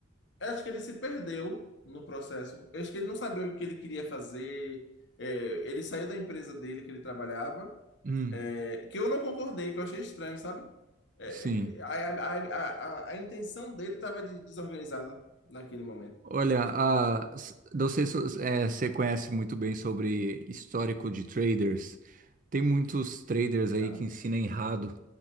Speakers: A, on the left; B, on the right.
A: Eu acho que ele se perdeu no processo. Eu acho que ele não sabia o que ele queria fazer. É, ele saiu da empresa dele que ele trabalhava,
B: Hum,
A: é, que eu não concordei, que eu achei estranho, sabe? É,
B: sim.
A: é, a, a, a, a, a intenção dele estava de, desorganizada naquele momento.
B: Olha,
A: Acho
B: a,
A: que
B: s- não sei se é, você conhece muito bem sobre histórico de traders. Tem muitos traders
A: não.
B: aí que ensinam errado